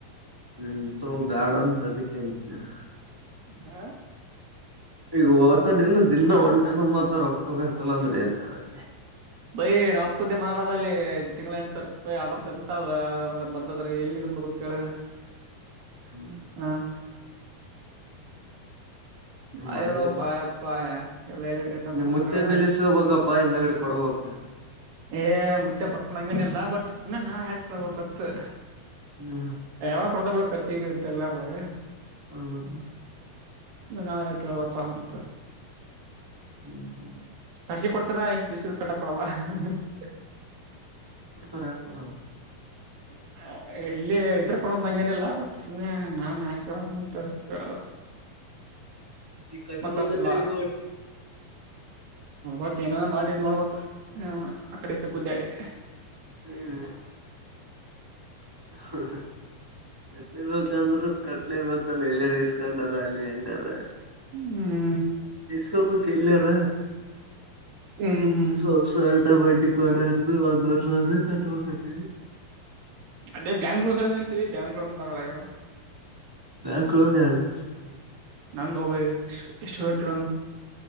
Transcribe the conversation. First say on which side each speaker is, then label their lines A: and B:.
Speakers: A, on the right; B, on the right.
A: ಹ್ಮ್ ಬ್ಯಾಡ ಅಂತಾ ಅದಕ್ಕೆೇಂತ ನೀನ್
B: ಹಾ
A: ಈಗ ಓತಾನೆಲ್ಲ ದಿನ ಒಂಟನ್ ಮಾತ್ರ ರೊಕ್ಕೊಬೇಕಲ್ಲ ಅಂದ್ರೆ ಏನ್ ಹೇಳೆ
B: ಬೈ ನಾಮ್ಮ್ ಅಪ್ಪಂದ ಮ್ಯಾಲ್ ಅಲ್ಲಿ ತಿಂಗಳ ಎಂಟ ಸವರ ಆರ್ಡರ್ ಕಂತ ಅದ ಬಂದದ್ರ ಎಲ್ಲಿದ ಕೊಡಬೇಕ <unintelligible>
A: <inaudible>
B: ಹಾ <unintelligible>
A: ನಿಮ್ ಮಾಯ
B: ನೋಪ್ಪ
A: ಬೆಲಿಸ
B: ಅಪ್ಪ ಎಲ್ಲಾ ಹೇಳಳ್ತನ್ಕಂತ
A: ನಿಮ್ ಮುತ್ಯನ್
B: <inaudible>
A: ಬೆಲಿಸಬೇಕಪ್ಪಾ ಹಿಂದಗಡೆ ಕೊಡಬೇಕ
B: ಏ ಮುುತ್ತ ಪಡ್ತೊಂಡ ಹಂಗನಲ್ಲಾ ಬಟ್ ಸುಮ್ಮ್ನೆ ನಾ ಯಾಕೆಳ್ಬೇಕಂತ
A: ಹ್ಮ್
B: ಯಾವಾಗ್ ಕೊಡ್ತ ಬಿಡ ಖರ್ಚಗ ಇತ್ತ ಎಲ್ಲಾರದಾಗ
A: <unintelligible>
B: ನಾಯಿ ಹಾಕೇಳಾರಪ್ಪಾ ಅಂತ.
A: <inaudible>
B: <unintelligible>
A: ಕೊಡ್ತಾರೆ ಕೊಡ ಅವ್ರ್
B: <inaudible> ಎ ಇಲ್ಲಿ ಇದ್ರ ಕೊಡಂಗ ನಿಲ್ಲ ಬಟ್ ಸುಮ್ನೆ ನಾನ ಯಾಕ ಕೇಳ ಅಂತ ಕೇಳಲ್ಲ ಅಂತಾ <inaudible>
A: ಈ ಕಟ್ಟಬೇಕಂದ್ರೆ
B: ಮೊತ್ತ ಹಚ್ಚತೆನ ಅಲ್ಲ
A: ಹೇಗೋ ಆಡ್ತೀರಿ
B: ಒಟ್ಟ ಏನ್ರ ಮಾಡಿ ಇದ ಮಾಡಬೇಕು ಅಕಡೆ ಈಕಡೆ ಕುದ್ದ್ಯಾಡಿ
A: ಹ್ಮ್ <unintelligible> ಕಟ್ಲೆ ಬೇಕ ಅಂದ್ರ ಕಟ್ಲೆ ಬೇಕತಲ್ಲ ಎಲ್ಲ ರಸ್ ಇನ್ನೊಂದ್ ರ ಆಗಲಿ ಹೆಂಗರ ಆಗಲಿ
B: ಹ್ಮ್
A: ಇಸ್ಕೊಬೇಕ್ ಎಲ್ಲರ
B: ಹ್ಮ್ ಹ್ಮ್
A: <inaudible> ಡಬ್ಬಲ್ ಡಿಕೋರಿ ಯಾರದ್ ಒಂದ ವರ್ಷಾ ಆದಮೇಲೆ ಕಟ್ಟಬೇಕ ಅಂತಾ ಅಂದಿನಿ
B: ಅಲ್ಲಿ ಬ್ಯಾಂಗ್ಳೂರ್ ಸತಿ ಎಂತೀ ಬ್ಯಾಂಗ್ರ <unintelligible>
A: ಬ್ಯಾಂಕ್ಲೋ ಡಾನ್ಸ್
B: ನಂದೋ ಬೈ <unintelligible>